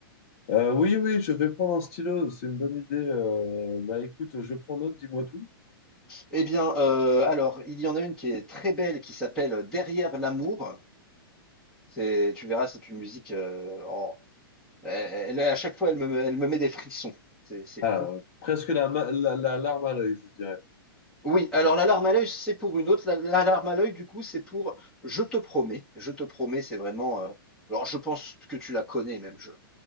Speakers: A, on the left; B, in the centre.
A: Euh, oui, oui, je vais prendre un stylo, c'est une bonne idée. Euh, bah écoute, je prends note, dis-moi tout.
B: Eh bien, euh, alors, il y en a une qui est très belle, qui s'appelle Derrière l'amour. C'est, tu verras, c'est une musique euh, Elle, elle- à chaque fois, elle me, elle me met des frissons. C'est c'est
A: Ah,
B: fou.
A: presque la, ma- la, la larme à l'œil, je dirais.
B: Oui, alors l'alarme à l'œil, c'est pour une autre. La- L'alarme à l'œil, du coup, c'est pour Je te promets. Je te promets, c'est vraiment. euh, alors, je pense que tu la connais même. Je,